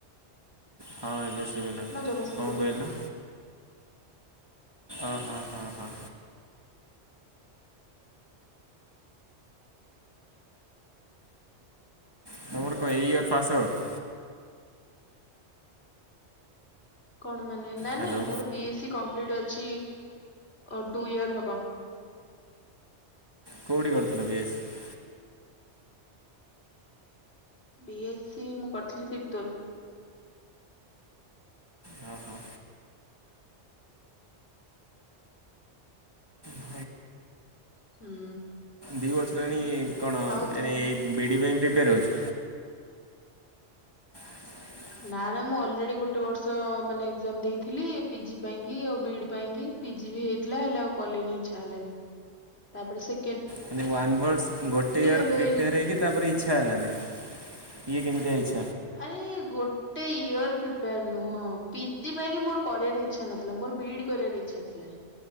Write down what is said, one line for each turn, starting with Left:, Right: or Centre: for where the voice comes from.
Right: ହଁ ଏବେ। ହେଇଗଲା
Left: ଆମ ଜଗତସିଂହପୁର
Right: କଁ କହିଲ। ଅ ହଁ ହଁ ହଁ ହଁ। ତମର କଣ ଏଇ ଇୟର ପାସ ଆଉଟ।
Left: କଣ ମାନେ ନା
Right: ହ୍ୟାଲୋ।
Left: ନା ମୋର ବି ଏ ସି କମ୍ପ୍ଲିଟ ଅଛି। ଅ ଟୁ ଇୟର ହବ।
Right: କୋଉଠି କରିୁଥିଲ ବିଏସି।
Left: ବି ଏସ୍ ସି ମୁଁ କରିଥିଲି ତିର୍ତୋଲ।
Right: ହଁ ହଁ। <unintelligible>
Left: ହୁଁ
Right: ଦି ବର୍ଷ ହେଲାଣି କଣ
Left: ଆଉ ତମ
Right: ଏ ଏଇ ବିଡି ପାଇଁ ପ୍ରିପାରେ ହଉଚ। <inaudible>
Left: ନା ନା ମୁଁ ଅଲରେଡି ଗୋଟେ ବର୍ଷ ମାନେ ଏକ୍ଜାମ ଦେଇଥିଲି ପିଜି ପାଇଁକି ଆଉ ବି ପାଇଁକି। ପିଜି ବି ହେଇଥିଲା ହେଲେ ଆଉ କଲିନି ଇଚ୍ଛା ହେଲାନି। ତାପରେ ସେ
Right: ମାନେ ୱାନ୍ ବର୍ଷ ଗୋଟେ ଇୟର୍
Left: ହେଲେ
Right: ପ୍ରିପେୟାର
Left: ଏଇ ଯୋଉ
Right: ହେଇକି ତାପରେ ଇଚ୍ଛା ହେଲାନି। ଇଏ କେମିତିଆ ଇ
Left: ଆରେ ଗୋଟେ ଇୟର ପ୍ରିପେୟାର ନୁହଁ। ପିଜି ପାଇଁ କି ମୋର କରିବାରେ ଇଚ୍ଛା ନଥି ଥିଲା ମୋର ବିଇଡି କରିବାର ଇଛା ଥିଲା।